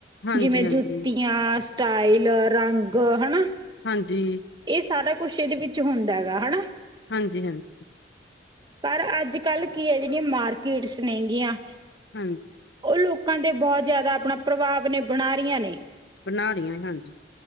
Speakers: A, on the left; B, on the right.
A: ਹਾਂਜੀ
B: ਜਿਵੇਂ
A: ਹਾਂਜੀ
B: ਜੁੱਤੀਆਂ ਸਟਾਈਲ ਰੰਗ ਹਨਾ।
A: ਹਾਂਜੀ।
B: ਇਹ ਸਾਰਾ ਕੁਛ ਇਹਦੇ ਵਿੱਚ ਹੁੰਦਾ ਹੈਗਾ ਹਨਾ।
A: ਹਾਂਜੀ- ਹਾਂਜੀ।
B: ਪਰ ਅੱਜ ਕੱਲ੍ਹ ਕੀ ਹੈ। ਜਿਹੜੀਆਂ ਮਾਰਕੀਟਸ ਨੇਗੀਆਂ
A: ਹਾਂਜੀ।
B: ਉਹ ਲੋਕਾਂ ਦੇ ਬਹੁਤ ਜ਼ਿਆਦਾ ਆਪਣਾ ਪ੍ਰਭਾਵ ਨੇ ਬਣਾ ਰਹੀਆਂ ਨੇ।
A: ਬਣਾ ਰਹੀਆਂ ਹਾਂਜੀ